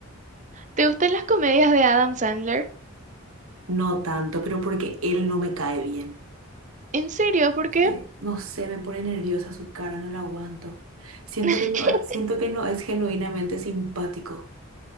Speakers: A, on the right; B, on the right.
A: ¿Te gustan las comedias de Adam Sandler?
B: No tanto, pero porque él no me cae bien.
A: ¿En serio? ¿Por
B: Sí,
A: qué?
B: No sé, me pone nerviosa su cara, no la aguanto. Siento
A: <laughs>
B: que no, siento que no es genuinamente simpático.